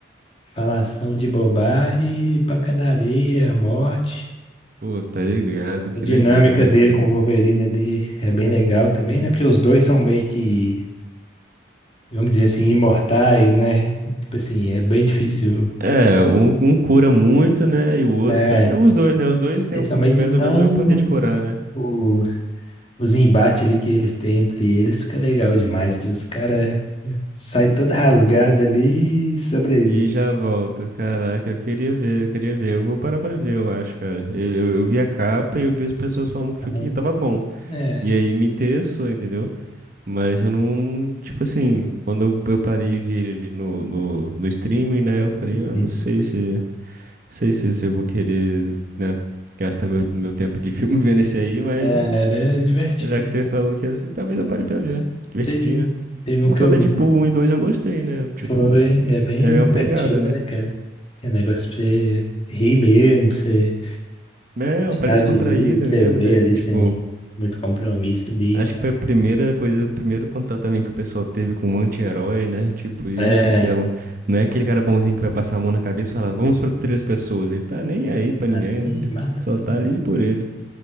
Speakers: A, on the left (about 30°); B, on the right (about 45°).
A: falação de bobagem, pancadaria, morte.
B: Pô, tá ligado? Que
A: A dinâmica
B: doideira, né,
A: dele
B: cara?
A: com o Wolverine ali é bem legal também, né? Porque os dois são meio que, vamos dizer assim, imortais, né? Tipo assim, é bem difícil.
B: É, um, um cura muito, né? E o outro.
A: É,
B: tá- É, os dois, né? Os dois têm
A: eles
B: o mais
A: são meio. Então,
B: ou menos o mesmo poder de curar, né?
A: o, os embates ali que eles têm entre eles fica legal demais, que os caras saem todo rasgado ali e sobrevivem.
B: E já volta. Caraca, eu queria ver, eu queria ver. Eu vou parar pra ver, eu acho, cara. Eu, eu, eu vi a capa e eu vi as pessoas falando que,
A: Aham.
B: foi, que tava bom.
A: É.
B: E aí me interessou, entendeu? Mas eu não. Tipo assim, quando eu, eu parei e vi ele ali no, no, no streaming, né? Eu falei,
A: Uhum.
B: eu não sei se. Sei se, se eu vou querer, né, gastar meu, meu tempo de filme <laughs> vendo esse aí, mas
A: É, era divertido.
B: já que você falou que é assim, talvez eu pare pra ver. Divertidinho,
A: Teve,
B: né?
A: teve
B: Porque
A: um que eu
B: o Deadpool um e 2 eu gostei, né? Tipo,
A: Foi, é bem
B: é a mesma
A: divertida,
B: pegada, né?
A: né, cara? Que é negócio pra você rir mesmo, pra você
B: É
A: deixar
B: uma parada descontraída
A: de rir, pra
B: mesmo,
A: você ver
B: né?
A: ali
B: Que tipo,
A: sem muito compromisso ali.
B: acho que foi a primeira coisa, o primeiro contato também que o pessoal teve com um anti-herói, né? Tipo isso,
A: É,
B: que é, o- não é aquele cara bonzinho que vai passar a mão na cabeça e falar, vamos proteger as pessoas. Ele tá nem aí pra
A: tá
B: ninguém,
A: bem,
B: né? Ele
A: mata
B: só
A: todo
B: tá
A: mundo.
B: ali por ele.